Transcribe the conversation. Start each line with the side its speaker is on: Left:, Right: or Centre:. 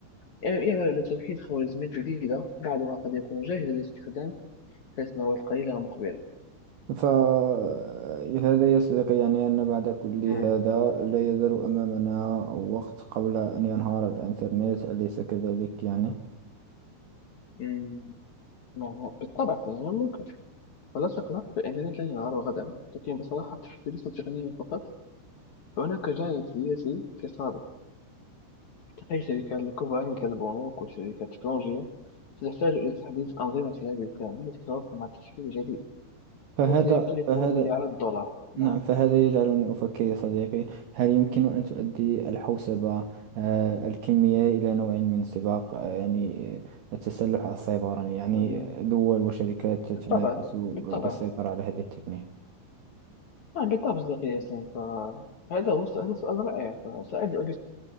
Left: يعني يعني على توحيد خوارزميات جديدة بعضها قد يكون جاهز للاستخدام حيث نوى القليل المقبلة
Right: فهذا يا صديقي يعني أن بعد كل هذا
Left: مم.
Right: لا يزال أمامنا وقت قبل أن ينهار الإنترنت أليس كذلك يعني
Left: مم. نعم، بالطبع فهي ممكن ولا تقلق فالإنترنت لن ينهار غدا لكن بصراحة ليس تقنيا فقط فهناك جانب سياسي في صالح تقي الشركات الكبرى مثل البنوك والشركات التكنولوجية ستحتاج إلى تحديث أنظمتها بالكامل التي تتوافق مع التشكيل الجديد
Right: فهذا
Left: هذا سيكلف
Right: فهذا
Left: مليارات دولار نعم
Right: نعم فهذا يجعلني أفكر يا صديقي هل يمكن أن تؤدي الحوسبة آه، الكمية إلى نوع من سباق آه، يعني آه، التسلح السيبراني يعني
Left: مم.
Right: دول وشركات تنافس
Left: بالطبع بالطبع
Right: للسيطرة على هذه التقنية
Left: نعم بالطبع صديقي ياسين فهذا هو سؤال- هذا سؤال رائع فسأجد